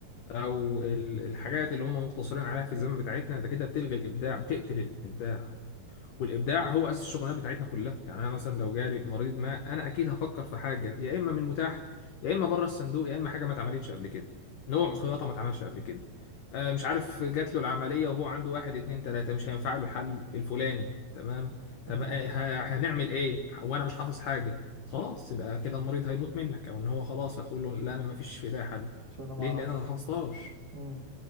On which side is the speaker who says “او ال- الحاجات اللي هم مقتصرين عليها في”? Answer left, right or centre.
Left